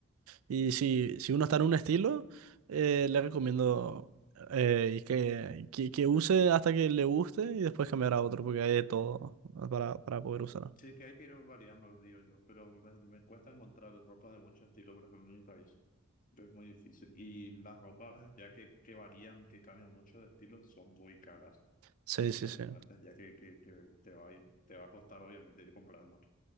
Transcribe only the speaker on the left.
<laughs>
Sí, que hay que ir variando, digo yo, pero me, me cuesta encontrar ropa de mucho estilo, por ejemplo, en mi país. Es muy difícil. Y las ropas, ya que, que varían, que cambian mucho de estilo, son muy caras.
o serían
de martes, ya que, que, que te va a ir, te va a costar obviamente ir comprando.